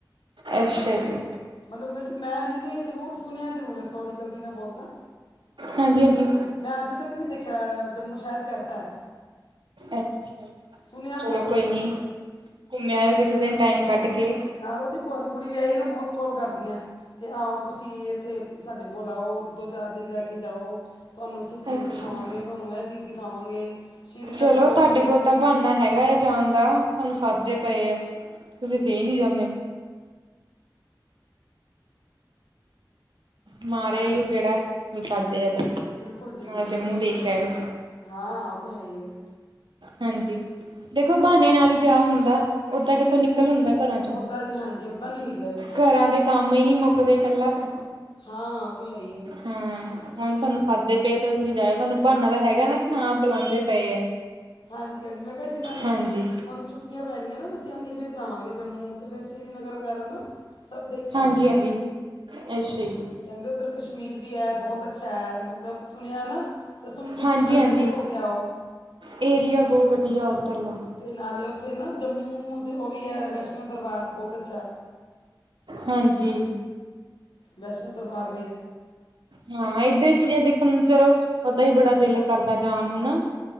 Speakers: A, on the right; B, on the left.
A: ਅੱਛਾ ਜੀ।
B: ਮਤਲਬ ਮੈਂ, ਮੈਂ ਨਹੀਂ ਗਈ ਜ਼ਰੂਰ ਸੁਣਿਆ ਜ਼ਰੂਰ ਹੈ ਸੋਰੀ ਗਲਤੀ ਨਾਲ ਬੋਲਤਾ
A: ਹਾਂਜੀ ਹਾਂਜੀ
B: ਮੈਂ ਅੱਜ ਤੱਕ ਨਹੀਂ ਦੇਖਿਆ ਜੰਮੂ ਸ਼ਹਿਰ ਕੈਸਾ ਹੈ।
A: ਅੱਛਾ,
B: ਸੁਣਿਆ
A: ਚਲੋ
B: ਬਹੁਤ
A: ਕੋਈ
B: ਹੈ
A: ਨੀ ਘੁੰਮਿਆ ਆਇਓ ਕਿਸੇ ਦਿਨ ਟਾਈਮ ਕੱਢ ਕੇ।
B: ਆਹੋ ਉਹ ਦੀ ਭੂਆ ਦੀ ਕੁੜੀ ਵਿਆਹ ਈਆ ਹੈ ਨਾ ਬਹੁਤ ਕਾੱਲ ਕਰਦੀਆਂ ਕਿ ਆਹਓ ਤੁਸੀਂ ਇੱਥੇ ਸਾਡੇ ਕੋਲ ਆਓ ਦੋ ਚਾਰ ਦਿਨ ਲੈ ਕੇ ਜਾਓ, ਤੁਹਾਨੂੰ ਇੱਥੇ ਝੀਲ
A: ਅੱਛਾ
B: ਦਿਖਾਵਾਂਗੇ, ਇਹ ਚੀਜ਼ ਦਿਖਾਵਾਂਗੇ। ਸ਼੍ਰੀਨਗਰ
A: ਚਲੋ
B: ਬਹੁਤ
A: ਤੁਹਾਡੇ
B: ਫੇਮਸ
A: ਕੋਲ
B: ਹੈ
A: ਤਾਂ ਬਹਾਨਾ ਹੈਗਾ ਆ ਜਾਣ ਦਾ ਤੁਹਾਨੂੰ ਸਦਦੇ ਪਏ ਆ, ਤੁਸੀ ਫੇਰ ਨੀ ਜਾਂਦੇ। ਮਾਰ
B: ਹਾਂਜੀ,
A: ਆਈਓ ਗੇੜਾ ਜੇ ਸੱਦਦੇ
B: ਹਾਂਜੀ-ਹਾਂਜੀ,
A: ਆ ਤਾਂ
B: ਬਿਲਕੁਲ ਜੀ
A: ਨਾਲ
B: ਬਿਲਕੁਲ
A: ਜੰਮੂ
B: ਜ
A: ਦੇਖ ਆਇਓ
B: ਹਾਂ ਉਹ ਤਾਂ ਹੈ ਹੀ ਹੈ।
A: ਹਾਂਜੀ, ਦੇਖੋ ਬਹਾਨੇ ਨਾਲ ਹੀ ਜਾ ਹੁੰਦਾ ਓਦਾਂ ਕਿੱਥੋਂ ਨਿਕਲ ਹੁੰਦਾ ਘਰਾਂ ਚੋ।
B: ਓਦਾਂ ਨੀ ਹਾਂਜੀ ਓਦਾਂ ਨੀ ਨਿਕਲ
A: ਘਰਾਂ ਦੇ ਕੰਮ ਹੀ ਨਹੀ ਮੁੱਕਦੇ ਪਹਿਲਾਂ ਤਾਂ
B: ਹਾਂ ਉਹ ਤਾਂ ਹੈ ਹੀ ਹੈ।
A: ਹਾਂ ਹੁਣ ਤੁਹਾਨੂੰ ਸਾਦੇ ਪਏ ਤਾਂ ਤੁਸੀਂ ਜਾਇਓ ਤੁਹਾਨੂੰ ਬਹਾਨਾ ਤਾਂ ਹੈਗਾ ਨਾ। ਹਾਂ ਬੁਲਾਦੇ ਪਏ ਆ,
B: ਹਾਂਜੀ ਹਾਂਜੀ ਮੈਂ ਕਿਹਾ ਸੀ ਬਹਾਨੇ
A: ਹਾਂਜੀ।
B: ਹੁਣ ਛੁੱਟੀਆਂ ਪੈਣਗੀਆਂ ਨਾ ਬੱਚਿਆਂ ਦੀ ਫਿਰ ਜਾਵਾਂਗੇ ਜੰਮੂ ਤੇ ਫਿਰ ਸ਼੍ਰੀ ਨਗਰ ਵਗੈਰਾ ਨਾ ਸਭ ਦੇਖ ਕੇ
A: ਹਾਂਜੀ-ਹਾਂਜੀ,
B: ਆਵਾਂਗੇ
A: ਅੱਛਾ ਜੀ।
B: ਕਹਿੰਦੇ ਉੱਧਰ ਕਸ਼ਮੀਰ ਵੀ ਹੈ ਬਹੁਤ ਅੱਛਾ ਹੈ ਮਤਲਬ ਸੁਣਿਆ ਨਾ ਤੇ ਸੁਣ ਕੇ
A: ਹਾਂਜੀ
B: ਦਿਲ ਕਰਦਾ
A: ਹਾਂਜੀ
B: ਏ। ਹੋ ਕੇ ਆਓ।
A: ਏਰੀਆ ਬਹੁਤ ਵਧੀਆ ਉਧਰਲਾ।
B: ਤੇ ਨਾਲੇ ਉੱਥੇ ਨਾ ਜੰਮੂ ਚ ਉਹ ਵੀ ਹੈ ਵੈਸ਼ਨੋ ਦਰਬਾਰ ਬਹੁਤ ਅੱਛਾ।
A: ਹਾਂਜੀ।
B: ਵੈਸ਼ਨੋ ਦਰਬਾਰ ਵੀ ਹੈ।
A: ਹਾਂ ਇੱਧਰ ਚੀ ਦੇਖਣ ਨੂੰ ਚਲੋ ਓਦਾਂ ਹੀ ਬੜਾ ਦਿਲ ਕਰਦਾ ਜਾਣ ਨੂੰ ਨਾ